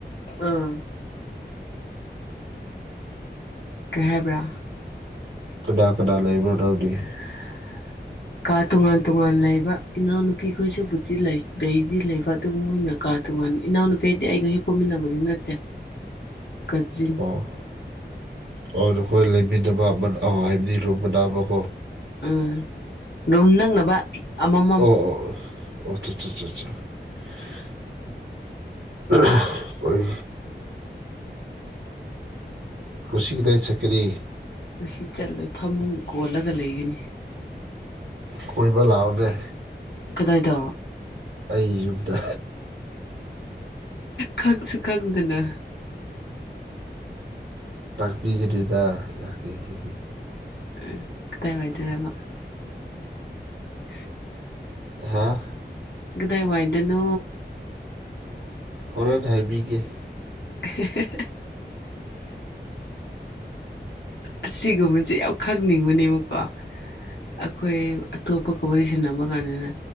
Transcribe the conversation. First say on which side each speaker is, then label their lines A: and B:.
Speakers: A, on the left; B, on the right.
A: ꯑꯥ ꯀꯩ ꯍꯥꯏꯕ꯭ꯔꯥ
B: ꯀꯅꯥ ꯀꯅꯥ ꯂꯩꯕꯔꯣ ꯅꯪꯗꯤ
A: <unintelligible> ꯀꯥ ꯇꯣꯉꯥꯟ ꯇꯣꯉꯥꯟ ꯂꯩꯕ ꯏꯅꯥꯎꯅꯨꯄꯤ ꯈꯣꯏꯁꯤꯕꯨꯗꯤ ꯂꯩ ꯂꯩꯗꯤ ꯂꯩꯕ ꯑꯗꯨ ꯃꯣꯏꯅ ꯀꯥ ꯇꯣꯡꯉꯥꯟꯕ ꯏꯅꯥꯎꯅꯨꯄꯤ ꯍꯥꯏꯗꯤ ꯑꯩꯒ ꯍꯦꯛ ꯄꯣꯛꯃꯤꯟꯅꯕꯅꯤ ꯅꯠꯇꯦ ꯀꯖꯤꯟ
B: ꯑꯣ ꯑꯣ ꯅꯈꯣꯏ ꯂꯩꯃꯤꯗꯕ ꯑꯃ ꯑ ꯍꯥꯏꯕꯗꯤ ꯔꯨꯝꯕ ꯅꯥꯕ ꯀꯣ
A: ꯎꯝ ꯔꯝ ꯅꯪꯅꯕ ꯑꯃꯃꯝ
B: ꯑꯣ ꯑꯣ ꯑꯣ
A: <unintelligible>
B: ꯍꯣꯏ ꯁꯤ ꯀꯗꯥꯏ ꯆꯀꯤꯔꯤ
A: ꯉꯁꯤ ꯆꯠꯂꯣꯏ ꯐꯃꯨꯡ ꯀꯣꯜꯂꯒ ꯂꯩꯒꯅꯤ
B: ꯀꯣꯏꯕ ꯂꯥꯎꯗ꯭ꯔꯦ
A: ꯀꯗꯥꯏꯗꯣ
B: ꯑꯩ ꯌꯨꯝꯗ
A: ꯈꯪꯁꯨ ꯈꯪꯗꯅ
B: ꯇꯥꯛꯄꯤꯒꯅꯤꯗ ꯂꯥꯛꯀꯦ ꯍꯥꯏꯗꯤ
A: ꯎꯝ ꯀꯗꯥꯏꯋꯥꯏꯗꯕ ꯎꯝ
B: ꯍꯥꯥ
A: ꯒꯤꯗꯩ ꯋꯥ ꯏꯗꯅꯣ
B: ꯍꯣꯔꯦꯟ ꯍꯥꯏꯕꯤꯒꯦ
A: <unintelligible> ꯑꯁꯤꯒꯨꯝꯕꯁꯦ ꯌꯥꯝ ꯈꯪꯅꯤꯡꯕꯅꯦꯕꯀꯣ ꯑꯩꯈꯣꯏ ꯑꯇꯣꯞꯄ ꯀ ꯋꯥꯔꯤ ꯁꯟꯅꯅꯕ ꯀꯥꯟꯗꯅ